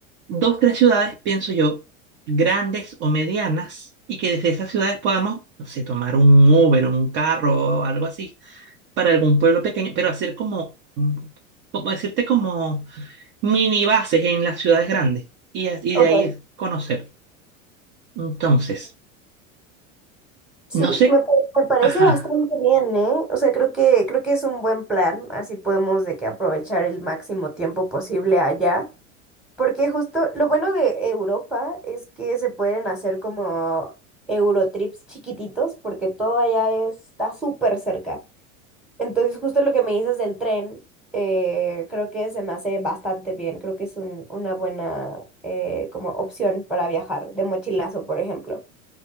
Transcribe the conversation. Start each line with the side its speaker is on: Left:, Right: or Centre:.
Right: dos, tres ciudades, pienso yo, grandes o medianas, y que desde esas ciudades podamos, no sé, tomar un Uber, un carro o algo así, para algún pueblo pequeño, pero hacer como, mm, como decirte, como mini bases en las ciudades grandes, y, a- y
Centre: Ok,
Right: de ahí
Centre: ok.
Right: conocer. Entonces,
Centre: Sí,
Right: no sé,
Centre: me, pa- me parece
Right: ajá.
Centre: bastante bien, ¿eh? O sea, creo que, creo que es un buen plan, así podemos de que aprovechar el máximo tiempo posible allá, porque justo lo bueno de Europa es que se pueden hacer como Eurotrips chiquititos, porque todo allá está súper cerca. Entonces, justo lo que me dices del tren, eh, creo que se me hace bastante bien, creo que es un- una buena eh, como opción para viajar de mochilazo, por ejemplo.